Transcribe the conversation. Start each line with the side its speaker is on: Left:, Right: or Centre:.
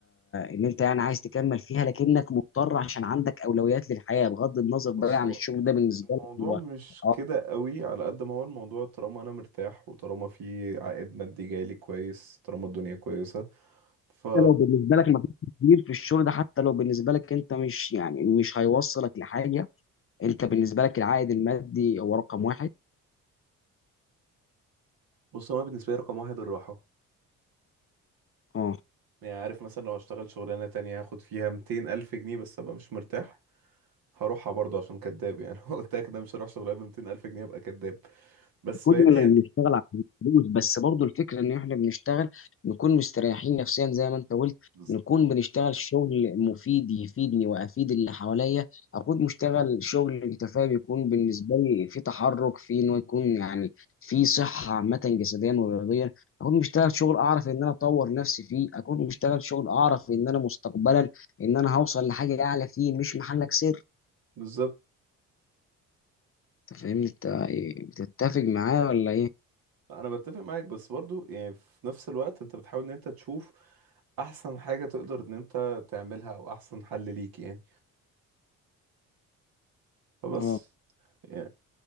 Left: إن أنت يعني عايز تكمل فيها لكنك مضطر عشان عندك أولويات للحياة بغض النظر
Right: بص
Left: بقى عن
Right: هو
Left: الشغل ده بالنسبة
Right: الموضوع
Left: لك هو
Right: مش
Left: أو
Right: كده قوي على قد ما هو الموضوع طالما انا مرتاح وطالما في عائد مادي جايلي كويس طالما الدنيا كويسة ف
Left: حتى لو بالنسبة لك ما فيش كبير في الشغل ده حتى لو بالنسبة لك أنت مش يعني مش هيوصلك لحاجة أنت بالنسبة لك العائد المادي هو رقم واحد
Right: بص انا بالنسبة لي رقم واحد الراحة
Left: اه
Right: يعني عارف مثلا لو هشتغل شغلانة تانية هاخد فيها 200 ألف جنيه بس أبقى مش مرتاح هروحها برضه عشان كداب يعني <laughs> قلت لك ده مش هروح شغلانة ب 200 ألف جنيه أبقى كداب بس
Left: كلنا
Right: فاهمني يعني
Left: بنشتغل عشان الفلوس بس برضو الفكره ان احنا بنشتغل نكون مستريحين نفسيا زي ما انت قلت
Right: بالظبط
Left: نكون بنشتغل شغل مفيد يفيدني وافيد اللي حواليا اكون مشتغل شغل انت فاهم يكون بالنسبه لي في تحرك في انه يكون يعني في صحه عامه جسديا ورياضيا اكون مشتغل شغل اعرف ان انا اطور نفسي فيه اكون مشتغل شغل اعرف ان انا مستقبلا ان انا هوصل لحاجه اعلى فيه مش محلك سر
Right: بالظبط
Left: انت فاهمني انت إيه، بتتفق معايا ولا ايه
Right: أنا بتفق معاك بس برضه يعني في نفس الوقت أنت بتحاول إن أنت تشوف أحسن حاجة تقدر إن أنت تعملها أو أحسن حل ليك يعني فبس
Left: اه
Right: يعني